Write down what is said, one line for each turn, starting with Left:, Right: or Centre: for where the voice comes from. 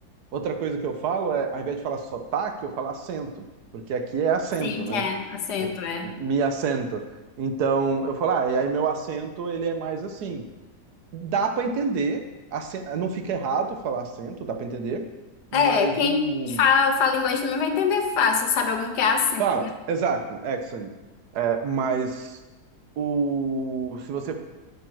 Right: Outra coisa que eu falo é, ao invés de falar sotaque, eu falo acento, porque aqui é acento,
Left: sim, que
Right: né?
Left: é acento,
Right: Tipo,
Left: é.
Right: me assento. Então, eu falo, ah, e aí meu acento, ele é mais assim. Dá para entender, acen- não fica errado falar acento, dá para entender, mas
Left: É, quem
Right: o.
Left: fala, fala inglês também vai entender fácil, sabe algum que é acento.
Right: Fala, exato, accent. É, mas o. Se você.